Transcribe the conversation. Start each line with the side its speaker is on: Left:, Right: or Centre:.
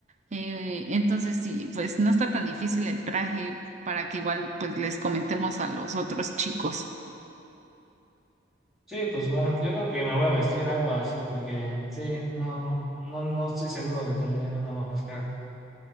Right: Eh, entonces sí, pues no está tan difícil el traje para que igual pues les comentemos a los otros chicos.
Centre: Sí, pues va, yo creo que me voy a vestir algo así porque sí, no, no, no estoy seguro de tener una máscara.